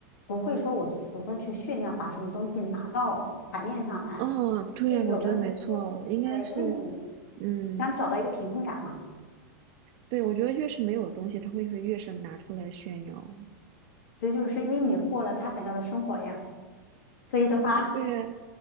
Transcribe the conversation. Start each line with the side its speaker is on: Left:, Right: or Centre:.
Left: 不会说我主动去炫耀，把什么东西拿到台面上来。
Right: 哦，对，
Left: 是有的时候，
Right: 我觉得没错，应该是，
Left: 对，因为你
Right: 嗯，
Left: 想找到一个平衡感嘛，
Right: 对，我觉得越是没有东西，他会是越是拿出来炫耀。
Left: 所以就是因为你过了他想要的生活呀，所以的话
Right: 对，
Left: <laughs>，